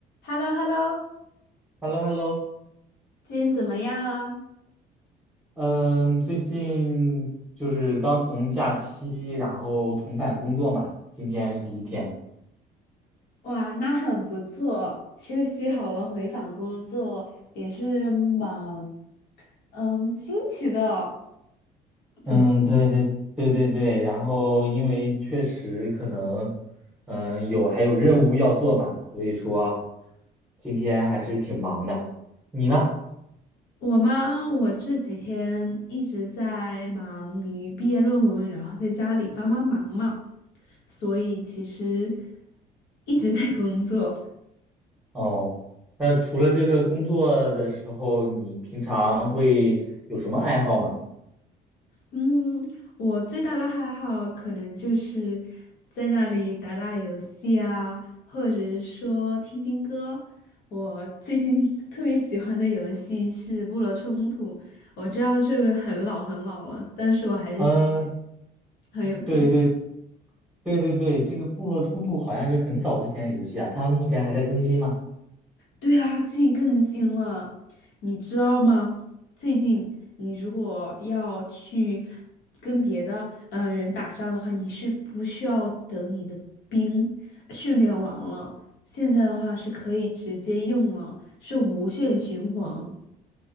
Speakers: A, on the left; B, in the centre.
A: h e l l o h e l l o
B: Hello，Hello，
A: 今天怎么样啊？
B: 嗯，最近就是刚从假期，然后重返工作嘛，今天是第一天。
A: 哇，那很不错，休息好了回访工作也是蛮嗯新奇的。怎么
B: 嗯，对对对对对，然后因为确实可能，嗯，有还有任务要做嘛，所以说今天还是挺忙的。你呢？
A: 我吗？我这几天一直在忙于毕业论文，然后在家里帮帮忙嘛，所以其实一直在工作。
B: 哦，那除了这个工作的时候，你平常会有什么爱好吗？
A: 嗯，我最大的爱好可能就是在那里打打游戏啊，或者是说听听歌。我最近 <laughs> 特别喜欢的游戏是《部落冲突》，我知道这个很老很老了，但是我还是。
B: 嗯，
A: 很有趣。
B: 对对对对对，这个部落冲突好像是很早之前的游戏啊，它目前还在更新吗？
A: 对啊，最近更新了，你知道吗？最近你如果要去跟别的呃人打仗的话，你是不需要等你的兵训练完了，现在的话是可以直接用了，是无限循环，